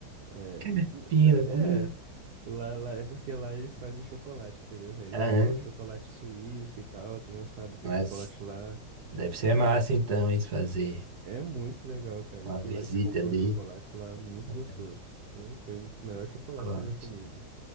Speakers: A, on the right; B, on the right.
A: É, n-
B: <laughs> Fino,
A: n-
B: viu?
A: é. é. Lá, lá, é porque lá eles fazem chocolate, entendeu? Aí Eles
B: Aham.
A: têm lá o chocolate suíço e tal, tem as fábricas
B: Mas
A: de chocolate lá.
B: deve
A: É muito
B: ser
A: legal,
B: massa
A: cara.
B: então, eles fazer
A: É muito legal, cara.
B: uma
A: Eu fui
B: visita
A: lá, a gente comprou
B: ali.
A: um chocolate lá muito
B: comprar
A: gostoso.
B: um
A: Pô, foi um dos melhores chocolates
B: Chocolate.
A: que eu já comi ali.